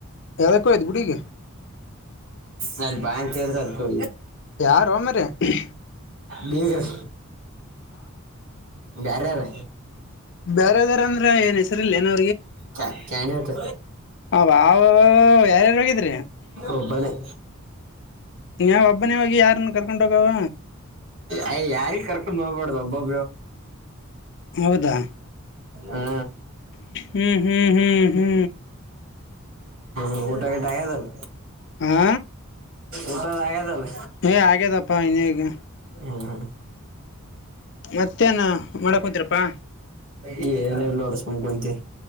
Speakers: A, on the left; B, on the right.
A: ಯಾವದಕ್ಕೂ ಇದ್ ಗುಡಿಗೆ
B: ನನ್ ಬ್ಯಾ ಅಂತಿದ್ರೆ ಅದಕ್ಕೊ
A: ಯಾರೊ ಮಾರಯ್ಯ
B: ಬೀಗ್ರು ಬಾರೆರ್
A: ಬೇರೆದ್ದರಂದ್ರೆ ಏನ್ ಹೆಸರಿ ಇಲ್ಲ ಏನು
B: ಕ್ಯ ಕೆಣೆತ್
A: ಅವ ಯಾರ್ಯಾರು ಹೋಗಿದ್ರಿ
B: ಒಬ್ಬನೆ
A: ನೀವ ಒಬ್ಬನೇ ಹೋಗಿ ಯಾರನ್ನ ಕರ್ಕೊಂಡ್ ಹೋಗವ
B: ಅಯ್ ಯಾರಿಗೆ ಕರ್ಕೊಂಡು ಹೋಗ್ಬಾರಡ್ದು ಒಬ್ಬ <inaudible>
A: ಹೌದಾ
B: ಹಾ
A: ಹ್ಮ್ ಹ್ಮ್ ಹ್ಮ್ ಹ್ಮೂ
B: ಹ್ಮೂಊಟಾಗಿಟ ಅಯಿದಿಲ್ಲ್
A: ಹಾ
B: ಊಟ ಆಯದಲ್
A: ಯ್ ಹಾಗ್ಯದಪ್ಪಾ ಹಂಗೆಹೀಗೆ
B: ಹ್ಮು
A: ಮತ್ತೇನ ಮಾಡಕ್ ಕುಂತಿರಪ್ಪಾ
B: <inaudible> ಏನೊನಡ್ಸುಕುಂತಿ